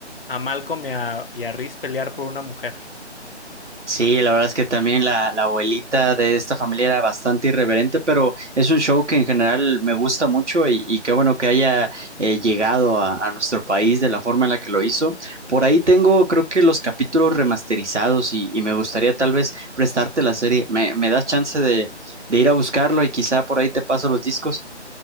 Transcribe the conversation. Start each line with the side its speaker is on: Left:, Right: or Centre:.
Left: a Malcolm y a, y a Riz pelear por una mujer.
Right: Sí, la verdad es que también la, la abuelita de esta familia era bastante irreverente, pero es un show que en general me gusta mucho y, y qué bueno que haya eh, llegado a, a nuestro país de la forma en la que lo hizo. Por ahí tengo, creo que los capítulos remasterizados y, y me gustaría tal vez prestarte la serie. ¿Me, me das chance de, de ir a buscarlo y quizá por ahí te paso los discos?